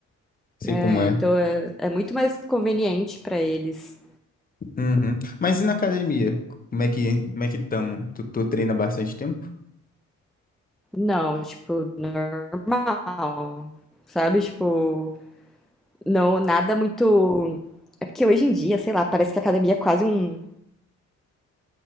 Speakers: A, on the left; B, in the centre.
A: sei
B: É,
A: como é.
B: então é, é muito mais conveniente pra eles.
A: Uhum. Mas e na academia? Como é que, como é que tamo? Tu, tu treina há bastante tempo?
B: Não, tipo, normal, sabe? Tipo, não, nada muito. É porque hoje em dia, sei lá, parece que a academia é quase um.